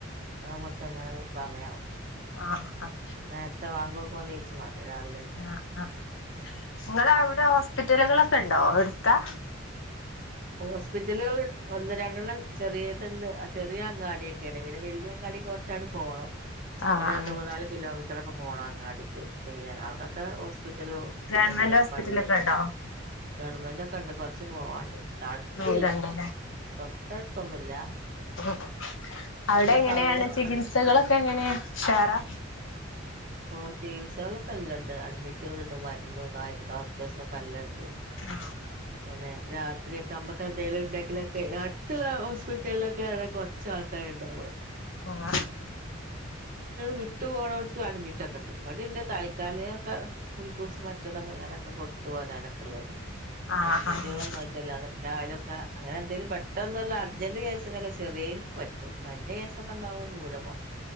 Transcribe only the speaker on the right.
<unintelligible> എങ്ങനെ സമയാവു
നേര്തെ വാങ്കോട്കു നീച്ചും വാണ്ടേ രാവിലെ
ഹോസ്പിറ്റലുകൾ ഒന്ന് രണ്ടെണ്ണം ചെറിയത്ണ്ട് ആഹ് ചെറിയ അംഗാടിയൊക്കെ ലെ പിനെ വല്യ അങ്ങാടി കൊർച്ചട് പോണം
രണ്ട്
മൂന്നാല് കിലോമീറ്ററൊക്കെ പോണം അങ്ങാടിക്ക് ഇല്ല അവിടൊക്കെ ഹോസ്പിറ്റലു
എല്ലാം
പള്ളി
ഗവൺമെന്റക്കെണ്ട് കൊറച്ച് പോവാണ്ട് അടുത്തില്ല
തൊട്ടടുത്തൊന്നുല്ല
സൗകര്യങ്ങളൊക്കെ
ഉണ്ട്
ഓഹ് ചികിത്സകളൊക്കെല്ലണ്ട് അഡ്മിറ്റുകള്ണ്ട് മരുന്നും കാര്യം ഡോക്ടേഴ്സൊക്കെല്ലണ്ട്
ങ്ങനെ രാത്രിയൊക്കെ അമ്മക്ക് എന്തേലും ണ്ടെങ്കിലൊക്കെ അടുത്തുള്ള ഹോസ്പിറ്റൽലൊക്കെയ ആണ് കൊ ചാൾക്കാര്ണ്ടാവ
വിട്ട് പോണോടുത്ത് <unintelligible> ക്കെണ്ട് ഇവിടെണ്ട് താൽക്കാലികക്കെ ഉൾക്കൂസ് മറ്റതൊക്കെ അങ്ങനെയൊക്കെ കൊടു തു വരാനൊക്കെ ഉള്ളത്
അഡ്മിറ്റുകളൊന്നാ
റ്റല്ലാതെ രാവിലെയൊക്കെ അങ്ങനെ എന്തേലും പെട്ടെന്നുള്ള അർജന്റ് കേസിനൊക്കെ ചെറ്യേയ്നും പറ്റും വല്യ കേസ്സൊക്കെണ്ടാഉമ്പ ദൂരെ പോണം